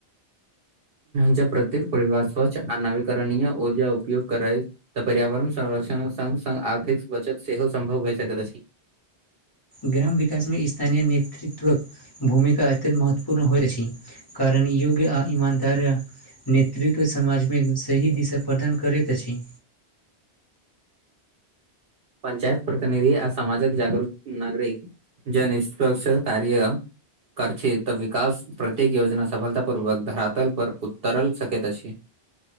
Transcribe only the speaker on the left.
ग्राम विकास मे स्थानीय नेतृत्वक भूमिका अत्यत महत्वपूर्ण होइत अछि कारण योग्य आ इमानदार। नेतृत्व समाज मे सही दिशा प्रदान करैत अछि